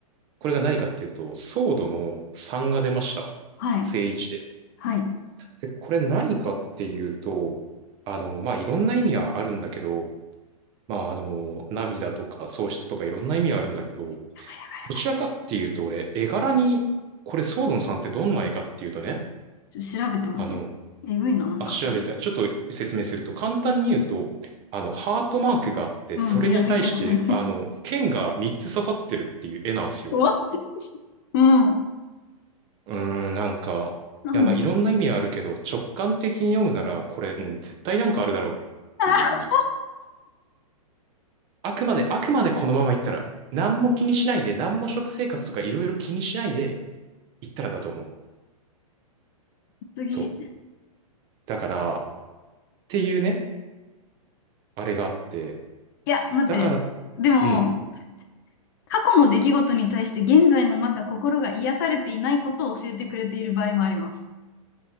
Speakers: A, on the right; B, on the left.
A: これが何かっていうと、ソードの3が出ました。
B: はい。
A: 正位置で。
B: はい。やば
A: で、これ何かっていうと、あの、まあ、いろんな意味はあるんだけど、まあ、あの、涙とか喪失とかいろんな意味はあるんだけど、
B: いや
A: どちらかっていうと、
B: ばい。
A: 俺、絵柄に、これ、ソードンさんってどんな絵かっていうとね、
B: ちょっと調べてません。
A: あの、
B: えぐいな、なんかこれ。
A: あ、調べて、ちょっと説明すると、簡単に言うと、あの、ハートマークがあって、
B: うん。
A: それに対して、
B: いや、見てます、見てます。
A: あの、剣が3つ刺さってるっていう絵なんですよ。
B: 終わってるし。うん。
A: うーん、なんか、
B: なんで
A: いや、まあ、いろんな意味はあるけど、直感的に読むなら、これ、うん、絶対なんかあるだろうっていう
B: <laughs>
A: あくまで、あくまでこのまま行ったら、何も気にしないで、何も食生活とかいろいろ気にしないで行ったらだと思う。
B: 次。
A: そう。
B: い
A: だから、っていうね、あれがあって。
B: や、待って。
A: だから、
B: でも、
A: うん。
B: 過去の出来事に対して現在もまだ心が癒されていないことを教えてくれている場合もあります。